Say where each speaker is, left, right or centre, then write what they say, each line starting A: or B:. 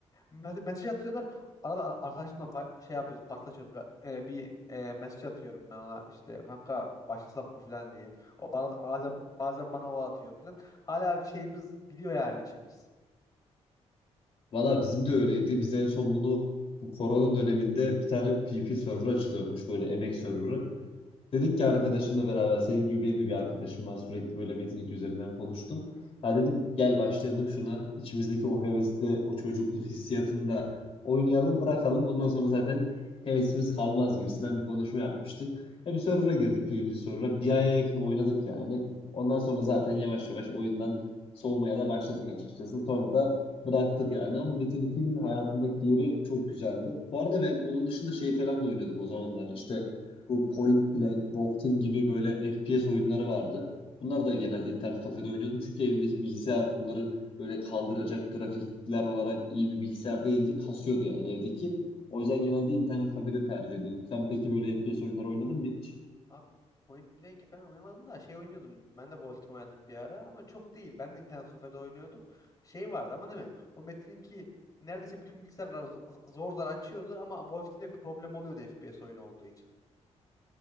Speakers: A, on the left (about 30°); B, on the left (about 55°).
A: Me- mesaj atıyorlar. Arada a- arkadaşımla pa- şey yapıyoruz, paslaşıyoruz. Bir, e, bir e, mesaj atıyorum ben ona işte kanka başlasak mı falan diye. O bana da- bazen bazen bana o atıyor falan. Hala bir şeyimiz gidiyor yani içimiz.
B: Valla bizim de öyleydi. Biz en son bunu bu korona döneminde bir tane P P server açılıyormuş böyle emek serverı. Dedik ki arkadaşımla beraber senin gibi benim de bir arkadaşım var sürekli böyle Metin 2 üzerinden konuştum. Ha dedim gel başlayalım şuna içimizdeki o hevesli o çocukluk hissiyatını da oynayalım bırakalım. Ondan sonra zaten hevesimiz kalmaz gibisinden bir konuşma yapmıştık. Ya bir server'a girdik PvP server'a bir aya yakın oynadık yani. Ondan sonra zaten yavaş yavaş oyundan soğumaya da başladık açıkçası. Sonra da bıraktık yani ama Metin 2'nin hayatımdaki yeri çok güzeldi. Bu arada ben onun dışında şey falan da oynuyordum o zamanlar işte bu Point Blank, Wolf Team gibi böyle FPS oyunları vardı. Bunlar da genelde internet kafede oynuyordum. Çünkü elimdeki bilgisayar bunları böyle kaldıracak grafikler olarak iyi bir bilgisayar değildi. Kasıyordu yani evdeki. O yüzden genelde internet kafede tercih ediyordum. Sen peki böyle FPS oyunları oynadın mı hiç?
A: Abi Point Blank falan oynamadım da şey oynuyordum. Ben de Wolfteam oynadım bir ara ama çok değil. Ben de internet kafede oynuyordum. Şey vardı ama değil mi? O Metin 2 neredeyse bütün bilgisayarlar z- zor zor açıyordu ama Wolfteam'de bir problem oluyordu F P FPS oyunu olduğu için.